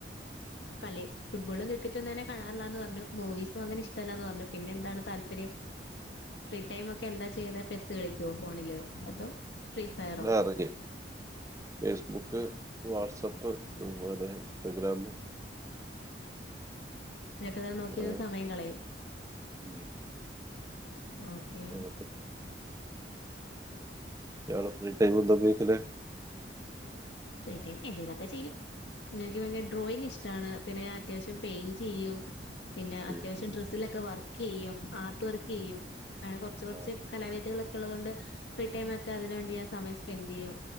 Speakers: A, on the left; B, on the right.
A: കളി. ഫുട്ബോളും ക്രിക്കറ്റ് ഒന്നും തന്നെ കാണാറില്ലന്ന് പറഞ്ഞു മൂവീസും അങ്ങനെ ഇഷ്ടമല്ലാന്ന് പറഞ്ഞു പിന്നെ എന്താണ് താല്പര്യം. ഫ്രീ ടൈമ് ഒക്കെ എന്താ ചെയ്യുന്നത് ചെസ്സ് കളിക്ക ക്കോ ഫോണില് അതോ ഫ്രീ ഫയറോ?
B: അറിയ ഫേസ്ബുക്ക് വാട്സപ്പ് അതുപോലെ ഇൻസ്റ്റഗ്രാം.
A: തോക്കെ നോക്കിയിരുന്ന്‌
B: ആ,
A: സമയം കളയും.
B: ഉം.
A: ഓക്കെ.
B: അതൊക്കെ ഇയാൾ ഫ്രീ ടൈം എന്താ ഉപയോഗിക്കുന്നെ
A: ഇതന്നെ എന്തെങ്കിലൊക്കെ ചെയ്യും. എനിക്ക് പിന്നെ ഡ്രോയിങ്ങ് ഇഷ്ടവാണ് പിന്നെ അത്യാവശ്യം പെയിന്റ് ചെയ്യും. പിന്നെ അത്യാവശ്യം
B: ഉം.
A: ഡ്രസ്സിലൊക്കെ വർക്ക് ചെയ്യും ആർട്ട് വർക്ക് ചെയ്യും. അങ്ങനെ കുറച്ച് കുറച്ച്
B: ആ,
A: കലാവേദികളൊക്കെ ഉള്ളത് കൊണ്ട് ഫ്രീ ടൈം ഒക്കെ അതിന് വേണ്ടി ഞാൻ സമയം സ്പെൻഡ് ചെയ്യും.